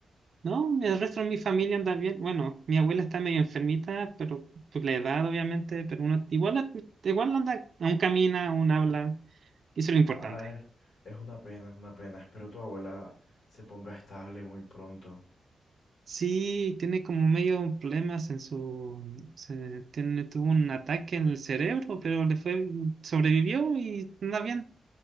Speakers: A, on the right (about 60°); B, on the left (about 75°).
A: no, el resto de mi familia anda bien. Bueno, mi abuela está medio enfermita, pero por la edad, obviamente, pero uno igual, igual anda, aún camina, aún habla, y eso es lo importante.
B: Ah, es una pena, es una pena. Espero tu abuela se ponga estable muy pronto.
A: Sí, tiene como medio problemas en su... se- tiene, tuvo un ataque en el cerebro, pero le fue... sobrevivió y anda bien.